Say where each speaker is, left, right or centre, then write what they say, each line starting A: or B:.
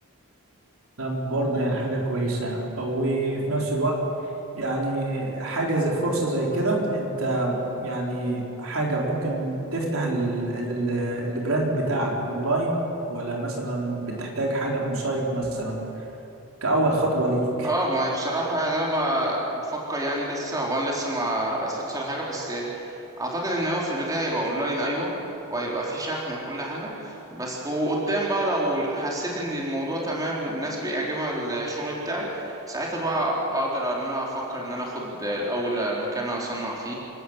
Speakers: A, on the right (about 65°); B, on the right (about 15°).
A: طب برضو يعني حاجه كويسه او في نفس الوقت يعني حاجه زي- فرصه زي كده انت يعني حاجة ممكن تفتح ال- ال- البراند بتاعك اونلاين ولا مثلا بتحتاج حاجة اون سايت مثلا كأول خطوة ليك
B: اه ما هي بصراحة يعني أنا ما بفكر يعني لسه هو أنا لسه ما رسيتش على حاجة بس اعتقد ان هو في البدايه هيبقى اونلاين ايوه وهيبقى فيه شحن وكل حاجه بس وقدام بقى لو حسيت ان الموضوع تمام والناس بيعجبها الشغل بتاعي ساعتها بقى اقدر ان انا افكر ان انا اخد الاول مكان اصنع فيه